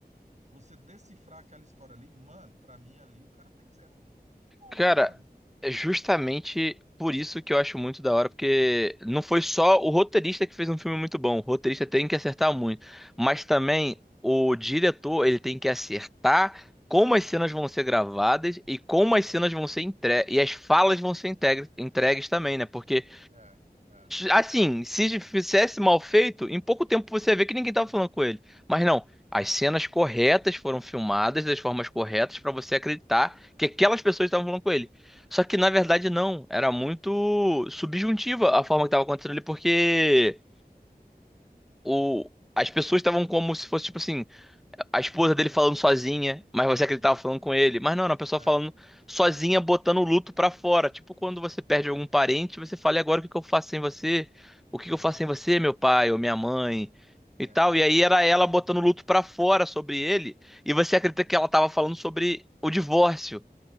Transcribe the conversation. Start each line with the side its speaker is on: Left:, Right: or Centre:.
Right: Você decifrar aquela história ali, mano, pra mim ali o cara tem que ser bom,
Centre: Cara,
Right: viu, mano?
Centre: é justamente por isso que eu acho muito da hora, porque não foi só o roteirista que fez um filme muito bom. O roteirista tem que acertar muito, mas também o diretor, ele tem que acertar como as cenas vão ser gravadas e como as cenas vão ser entregues e as falas vão ser integra- entregues também, né? Porque
Right: É, é,
Centre: Assim, se fizesse mal feito, em pouco tempo você ia ver que ninguém tava falando com ele. Mas não, as cenas corretas foram filmadas das formas corretas pra você acreditar que aquelas pessoas estavam falando com ele. Só que na verdade não, era muito subjuntiva a forma que tava acontecendo ali, porque o, as pessoas estavam como se fosse tipo assim, a esposa dele falando sozinha, mas você
Right: isso,
Centre: acreditava falando com ele. Mas não, era uma pessoa
Right: é,
Centre: falando sozinha, botando o luto pra fora. Tipo quando você perde algum parente, você fala, e agora o que que eu faço sem você? O que
Right: isso,
Centre: que eu faço sem você, meu pai ou minha mãe?
Right: é,
Centre: E tal. E aí era ela botando o luto pra fora sobre ele, e você acredita que ela tava falando sobre o divórcio.